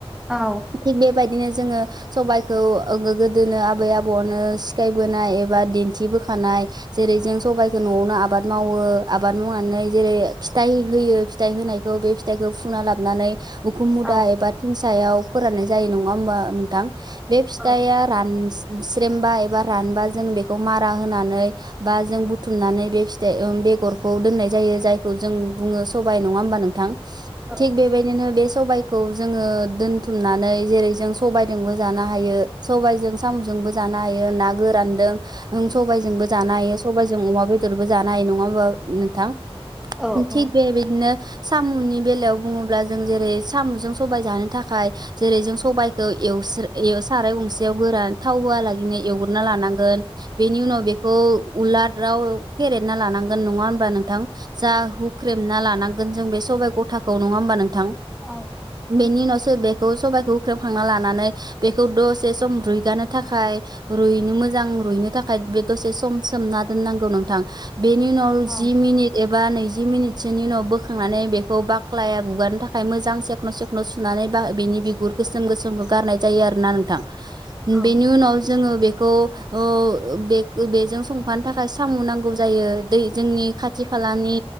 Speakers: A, in the centre; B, on the right (about 45°).
A: औ
B: थिग बेबायदिनो जोङो सबायखौ ओ गोदोनो आबै आबौनो सिखायबोनाय एबा दिन्थिबो होखानाय जेरै जों सबायखौ न'आवनो आबाद मावो आबाद मावनानै जेरै फिथाइ होयो फिथाइ होनायखौ बे फिथाइखौ फुना लाबोनानै उखुम मुदा
A: औ
B: एबा थिं सायाव फोराननाय जायो नङा होमबा नोंथां बे फिथाइया
A: औ
B: रान स्रेमबा एबा रानबा जों बेखौ मारा होनानै बा जों बुथुमनानै बे फिथाइ ओ बेगर खौ दोननाय जायो जायखौ जों बुङो सबाय नङा होमबा नोंथां
A: औ
B: थिग बेबायदिनो बे सबायखौ जोङो दोनथुम नानै जेरै जों सबायजोंबो जानो हायो सबायजों साम'जोंबो जानो हायो ना गोरानदों ओ सबायजोंबो जानो हायो सबायजों अमा बेदरबो जानो हायो नङा होमबा नोंथां
A: औ
B: थिग बेबायदिनो सामुनि बेलायाव बुङोब्ला जों जेरै साम'जों सबाय जानो थाखाय जेरै जों सबाइखौ एव साराय गंसेयाव गोरान थाव होहालागैनो एवग्रोना लानांगौ गोन बेनि उनाव बेखौ उलाराव फेरेदना लानांगोन नङा होमबा नोंथां जा हुख्रेमना लानांगोन जों बे सबाइ गथाखौ नङा होमबा नों थां
A: औ
B: बेनि उनावसो बे खौ सबायखौ होख्रेमखांना लानानै बेखौ दसे सम रुइगानो थाखाय रुइनो मोजां रुयनो थाखाय बे लोगोसे सम सोमना दोननांगौ नोंथां बेनि उनाव
A: औ
B: जि मनिट एब बा नैजि मिनिटसोनि उनाव बोखांनानै बेखौ बाख्लाया गुगारनो थाखाय मोजां सेख्न' सेख्न' सुनानै बा बेनि बिगुर गोसोम गोसोमखौ गारनाय जायो आरोना नोंथां
A: औ
B: बेनि उनाव जोङो खौ ओ बे-बेजों संफानो थाखाय साम' नांगौ जायो दै जोंनि खाथि खालानि